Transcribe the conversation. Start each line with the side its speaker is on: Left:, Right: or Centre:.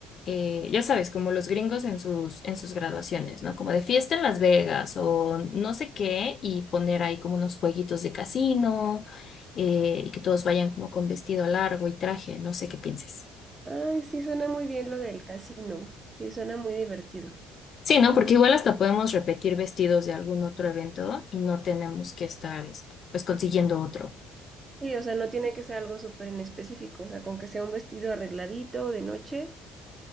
Left: eh, ya sabes, como los gringos en sus, en sus graduaciones, ¿no? Como de fiesta en Las Vegas o no sé qué, y poner ahí como unos jueguitos de casino, eh, y que todos vayan como con vestido largo y traje, no sé qué pienses.
Right: Ay, sí suena muy bien lo del casino. Sí, suena muy divertido.
Left: Sí, ¿no? Porque igual hasta podemos repetir vestidos de algún otro evento y no tenemos que estar, este, pues, consiguiendo otro.
Right: Sí, o sea, no tiene que ser algo súper en específico, o sea, con que sea un vestido arregladito de noche